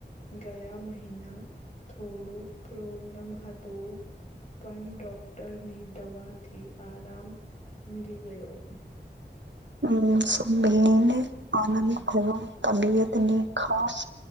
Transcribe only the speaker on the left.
ગયા મહિના થોડો પ્રોબ્લમ હતો. પણ ડોક્ટરની દવાથી આરામ મીલી ગયો.